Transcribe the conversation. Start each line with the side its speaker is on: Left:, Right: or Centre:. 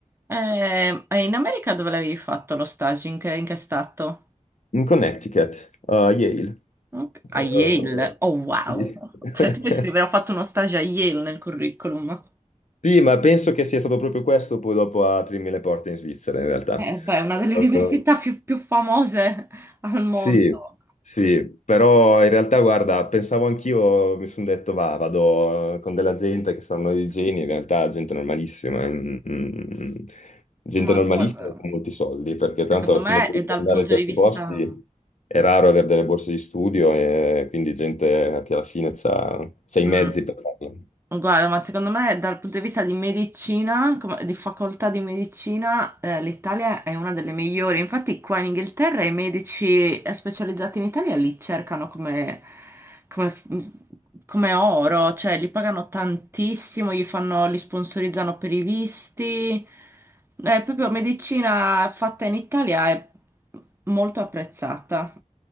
Right: E, in America dove l'avevi fatto lo stage? In che, in che stato?
Left: In Connecticut, a Yale.
Right: Ok. A
Left: Eh,
Right: Yale. Oh, wow.
Left: sì. <laughs>
Right: Cioè, tu puoi scrivere, ho fatto uno stage a Yale nel curriculum.
Left: Sì, ma penso che sia stato proprio questo poi dopo a aprirmi le porte in Svizzera, in realtà.
Right: Eh, beh, è una delle
Left: Eh,
Right: <laughs> università più, più famose al mondo.
Left: sì, sì, però in realtà, guarda, pensavo anch'io, mi sono detto, va, vado eh, con della gente che sanno di geni, in realtà gente normalissima, eh, mm, mm, gente
Right: Ma
Left: normalissima
Right: guarda,
Left: con molti soldi, perché tanto
Right: secondo
Left: alla
Right: me
Left: fine poi
Right: è
Left: per
Right: dal
Left: andare
Right: punto
Left: in questi
Right: di vista...
Left: posti è raro avere delle borse di studio e quindi gente che alla fine ha i mezzi
Right: Mm.
Left: per farlo.
Right: Guarda, ma secondo me dal punto di vista di medicina, come- di facoltà di medicina, eh, l'Italia è una delle migliori. Infatti qua in Inghilterra i medici eh, specializzati in Italia li cercano come, come f- mm, come oro, cioè li pagano tantissimo, gli fanno, li sponsorizzano per i visti. Eh, proprio medicina fatta in Italia è molto apprezzata.